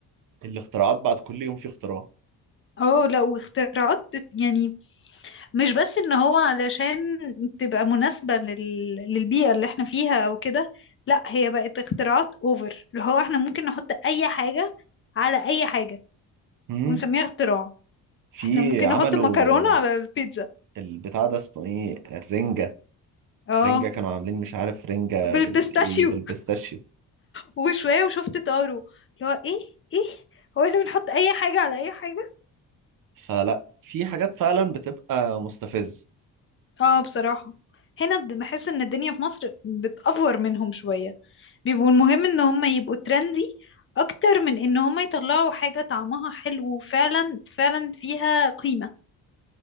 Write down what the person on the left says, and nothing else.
اه لا واختراعات بت يعني مش بس ان هو علشان تبقى مناسبة لل... للبيئة اللي احنا فيها او كده لا هي بقت اختراعات اوفر اللي هو احنا ممكن نحط اي حاجة على اي حاجة
ونسميها اختراع
احنا ممكن
نحط مكرونة على البيتزا
اه
بالبيستاشيو
وشوية وشفت طارو اللي هو ايه ايه هو احنا بنحط اي حاجة على اي حاجة
اه بصراحة هنا بحس ان الدنيا في مصر بتأفور منهم شوية بيبقوا المهم ان هم يبقوا ترندي اكتر من ان هم يطلعوا حاجة طعمها حلو وفعلا فعلا فيها قيمة